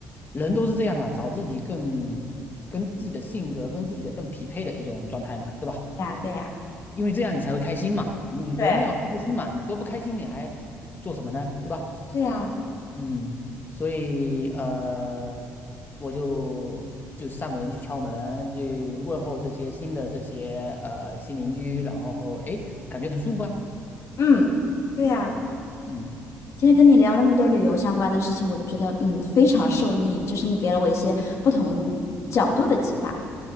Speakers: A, on the left; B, on the left.
A: 人都是这样的嘛，找自己更跟自己的性格跟自己的更匹配的一种状态嘛，对吧？
B: 对呀，对呀，
A: 因为这样你才会开心嘛，你人要开心嘛，
B: 对，
A: 你都不开心你还做什么呢？对吧？
B: 对呀，
A: 嗯，所以呃，我就就上门去敲门，去问候这些新的这些呃新邻居，然后诶，感觉很舒服啊。
B: 嗯，对呀。
A: 对，嗯
B: 今天跟你聊那么多旅游相关的事情，我觉得嗯非常受益，就是你给了我一些不同角度的启发。